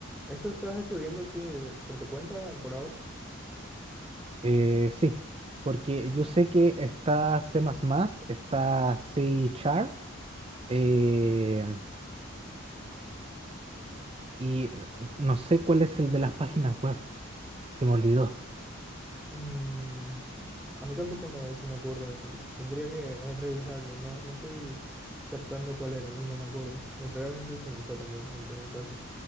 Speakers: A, in the centre; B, on the right.
A: esto estás estudiando así eh, por tu cuenta por ahora.
B: Eh, sí, porque yo sé que está C++, está C Char eh, y no sé cuál es el de las páginas web. Se me olvidó.
A: Mm, a mí tampoco me, se me ocurre. Tendría que eh, revisarlo. No, no estoy captando cuál era, ni no me acuerdo. Realmente se me fue también, en todo caso.